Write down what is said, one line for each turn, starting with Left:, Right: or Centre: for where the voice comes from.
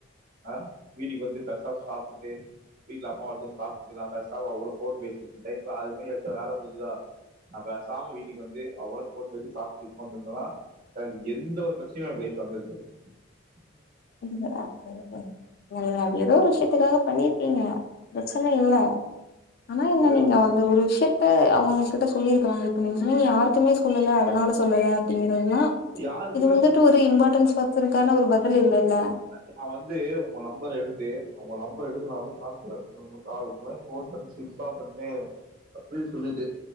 Right: ஆஹ வீட்டுக்கு வந்து பஸ் உக்காந்து சாப்டுட்டு வீட்ல அம்மாவோட சேந்து சாப்டுட்டு நா பேசாம அவங்களோட போன் பேசிட்டு டைம் ம அதுக்கு மேல வேல முடிஞ்சுதா நா பேசாம வீட்டுக்கு வந்து அவங்களோட போன் பேசி சாப்ட்டு உக்காந்துந்தேனா எனக் எந்த ஒரு பிரச்ச ன ஒரு லைப் வந்துருக்கு உம்
Left: நீங்க அப்ப <unintelligible> அது எதோ ஒரு விஷயத்துக்காக பண்ணீர்ப்பீங்க பிரச்சன இல்ல ஆனா என்ன
Right: ஏதோ
Left: நீங்க வந்து ஒரு விஷ் ட்டு அவுங்க கிட்ட சொல்லிருக்கலா இப்ப நீங்க சொன்னிங்க யார்க்குமே சொல்லல அதனால சொல்லல அப்டின்ங் னா ப்ச்
Right: யாருக்குமே
Left: இது வந்துட்டு ஒரு இம்பார்ட்டன்ஸ் பத்திரகான ஒரு பதில் இல்லல்ல
Right: ந நா வந்து உங்க நம்பர் எடுத்து அவுங்க நம்பர் எடுத்து நா வந்து காமிக்கற இந்த மாரி போன் பண்ணி ஸ்விட்ச் ஆஃப் பண்ட்டு அப்டியே சொல்லிட்டு